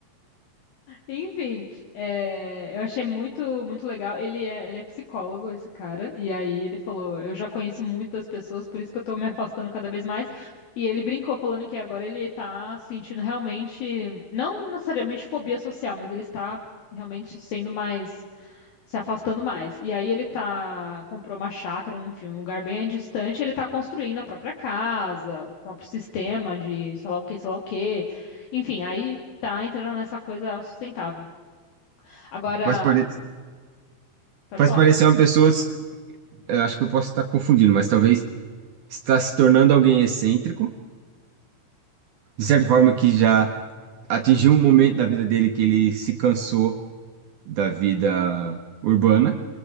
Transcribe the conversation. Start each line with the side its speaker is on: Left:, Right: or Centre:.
Left: Enfim, é, eu achei muito, muito legal. Ele é, ele é psicólogo, esse cara, e aí ele falou: Eu já conheço muitas pessoas, por isso que eu tô me afastando cada vez mais. E ele brincou falando que agora ele tá sentindo realmente, não necessariamente fobia social, mas ele está realmente sendo mais, se afastando mais. E aí ele tá, comprou uma chácara, um, enfim, um lugar bem distante, e ele tá construindo a própria casa, o próprio sistema de sei lá o que, sei lá o que. Enfim, aí tá entrando nessa coisa sustentável. Agora,
Right: Faz, pare...
Left: pode
Right: faz
Left: falar.
Right: parecer uma pessoa, eu acho que eu posso estar confundindo, mas talvez está se tornando alguém excêntrico, de certa forma que já atingiu um momento da vida dele que ele se cansou da vida urbana